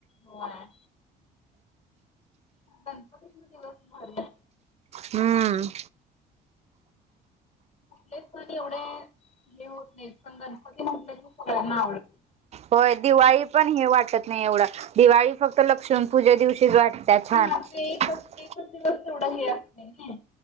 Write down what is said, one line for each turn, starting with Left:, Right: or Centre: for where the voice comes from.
Left: होय. गणपतीत दिवस मारत
Right: हम्म
Left: आपठलेच पण एवढे हे होत नाही पण गणपतीलेना आवडते. <inaudible>
Right: होय दिवाळी पण हे वाटत नाही एवढा दिवाळी फक्त लक्ष्मण पूजे दिवशी शि वाट त्या्या छान
Left: हा
Right: <inaudible>
Left: ते एकच एकच दिवस तेवढा हे अस नाही.